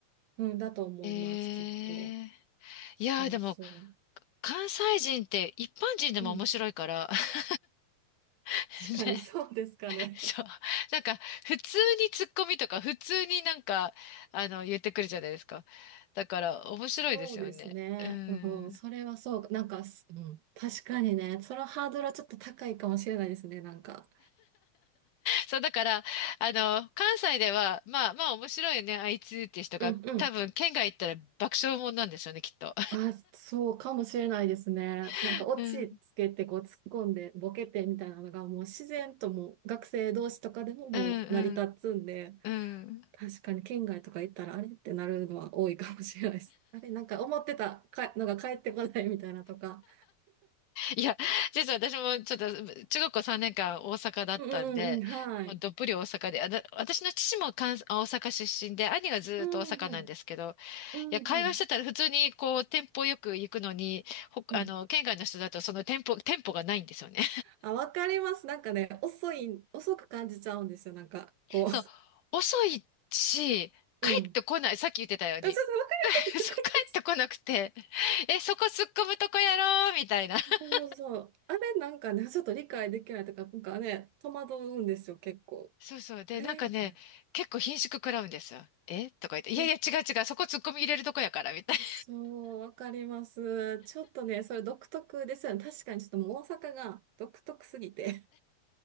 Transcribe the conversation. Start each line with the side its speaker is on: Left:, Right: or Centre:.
Right: うん、だと思います、
Left: ええ。
Right: きっと。そうそ
Left: いやー、でも、関西人って一般人でも面白いからね。
Right: う。うん、<laughs>
Left: <laughs>
Right: 確かにそうですかね。
Left: そう。<laughs> なんか、普通にツッコミとか、普通になんか、あの、言ってくるじゃないですか。だから、面白いですよね。
Right: <laughs> そうですね。
Left: うん。
Right: うん、それはそうか。なんか、すうん、確かにね、そのハードルはちょっと高いかもしれないですね、なんか。
Left: そう、だから、あの、関西では、まあまあ面白いよね、あいつっていう人が、
Right: うんうん。
Left: 多分、県外行ったら爆笑もんなんでしょうね、きっと。
Right: あ、そうかもしれないですね。なんかオチつけてこう突っ込んでボケてみたいなのがもう自然ともう学生同士とかでももう成り立つんで、
Left: <laughs> うん、うん、うん。うん
Right: 確かに県外とか行ったらあれってなるのは多いかもしれないです。<laughs> あれなんか思ってたかのが返ってこないみたいなとか。
Left: いや、実は私もちょっと中学校3年間大阪だったんで、
Right: うんうんうん、はい。
Left: もうどっぷり大阪で、あだ私の父も関西、あ大阪出身で、兄がずーっと大阪なんですけど、
Right: うんはい。うんはい。
Left: いや、会話してたら普通にこう、店舗よく行くのに、ほ、
Right: うん。
Left: あの、県外の人だとその店舗、店舗がないんですよね。
Right: あ、わかります。なんかね、遅い、遅く感じちゃうんですよ。なんか、こ
Left: <laughs> そう、遅いし、帰ってこない。
Right: う。うん。
Left: さっき言ってたように。
Right: あちょっとわかります。
Left: <laughs> そう、
Right: わかります
Left: 帰ってこなくて、<laughs> え、そこ突っ込むとこやろうみたいな。<laughs>
Right: そうそうそう。あれなんかね、ちょっと理解できないとか、なんかね、戸惑うんですよ、結構。
Left: そうそう。で、
Right: あれみたいな。
Left: なんかね、結構顰蹙食らうんですよ。えとか言って、いやいや違う違う、
Right: え、
Left: そこ突っ込み入れるとこやから、みたいな。
Right: そう、わかります。ちょっとね、それ独特ですよね。確かにちょっともう大阪が独特すぎて。